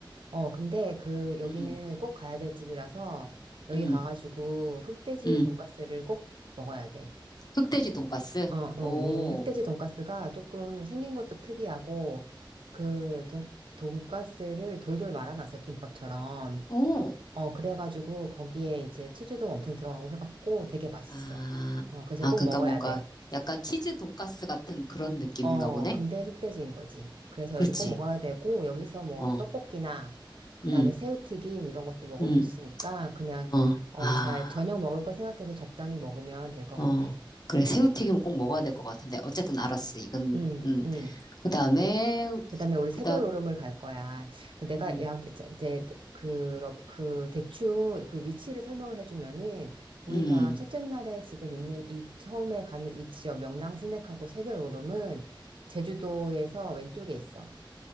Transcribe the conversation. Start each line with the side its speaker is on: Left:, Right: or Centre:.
Right: 어, 근데 그 여기는
Left: 음,
Right: 꼭 가야 될 집이라서 여기
Left: 음,
Right: 가가지고 흑돼지
Left: 음.
Right: 돈가스를 꼭 먹어야 돼.
Left: 흑돼지 돈가스?
Right: 어, 응.
Left: 오,
Right: 이 흑돼지 돈가스가 조금 생긴 것도 특이하고 그 돈, 돈가스를 돌돌 말아놨어, 김밥처럼.
Left: 오.
Right: 어, 그래가지고 거기에 이제 치즈도 엄청 들어가고 해갖고 되게 맛있어.
Left: 아,
Right: 어, 그래서
Left: 아,
Right: 꼭
Left: 그러니까
Right: 먹어야
Left: 뭔가
Right: 돼.
Left: 약간 치즈 돈가스 같은 그런 느낌인가
Right: 어,
Left: 보네?
Right: 근데 흑돼지인 거지. 그래서
Left: 그렇지.
Right: 여기서 꼭 먹어야 되고, 여기서 뭐
Left: 어,
Right: 떡볶이나, 그
Left: 음,
Right: 다음에 새우튀김 이런 것도 먹을
Left: 음,
Right: 수 있으니까, 그냥,
Left: 어,
Right: 어,
Left: 아,
Right: 잘, 저녁 먹을 거 생각해서 적당히 먹으면 될 것
Left: 어.
Right: 같아.
Left: 그래, 새우튀김은 꼭 먹어야 될 것 같은데. 어쨌든 알았어. 이건,
Right: 음,
Left: 음.
Right: 음.
Left: 그 다음에,
Right: 그 다음에 우리
Left: 그
Right: 새별
Left: 다음,
Right: 오름을 갈 거야. 내가
Left: 음,
Right: 약, 이제, 대- 그, 러- 그, 대충 그 위치를 설명을 해주면은, 우리가
Left: 음.
Right: 첫째 날에 지금 있는 이, 처음에 가는 이 지역, 명랑 스낵하고 새별 오름은, 제주도에서 왼쪽에 있어.